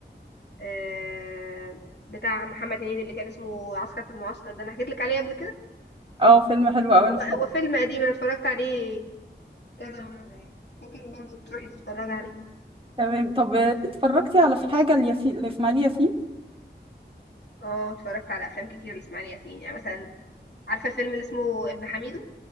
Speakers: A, on the left (about 65°); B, on the right (about 30°).
A: آه بتاع محمد هنيدي اللي كان اسمه عسكر في المعسكر ده أنا حكيت لك عليه قبل كده
B: اه فيلم حلو قوي انا
A: هو
B: طبعا
A: هو فيلم قديم أنا اتفرجت عليه كذا مرة يعني ممكن برضو تروحي تتفرجي عليه
B: تمام طب اتفرجتي على في حاجة الياسين لإسماعيل ياسين
A: اه اتفرجت على افلام كتير لاسماعيل ياسين يعني مثلا عارفة الفيلم اللي اسمه ابن حميدو